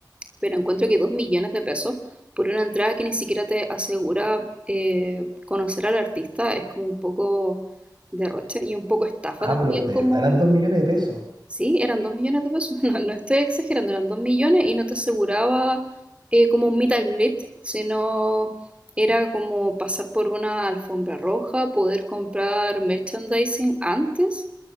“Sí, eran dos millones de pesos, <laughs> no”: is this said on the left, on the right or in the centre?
Right